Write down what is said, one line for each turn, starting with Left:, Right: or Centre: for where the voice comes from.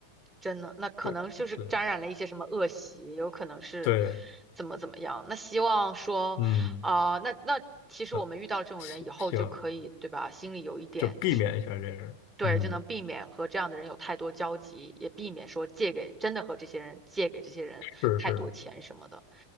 Right: 真的，那可能就是沾染了一些什么恶习，
Left: 这对
Right: 有可能是
Left: 对，
Right: 怎么怎么样。那希望说，
Left: 嗯，
Right: 啊、那那其实我们遇到这种人以后就可以，
Left: 啊行行，
Right: 对吧？心里有一点就是，
Left: 就避免一下这个，
Right: 对，
Left: 嗯，
Right: 就能避免和这样的人有太多交集，也避免说借给真的和这些人借给这些人太多钱什么的。
Left: 是是